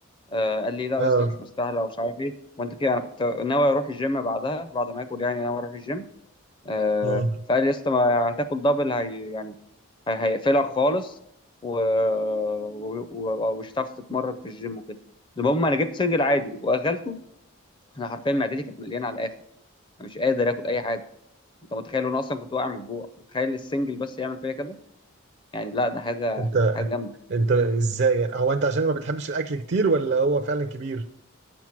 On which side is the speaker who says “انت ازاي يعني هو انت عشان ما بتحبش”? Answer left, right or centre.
Right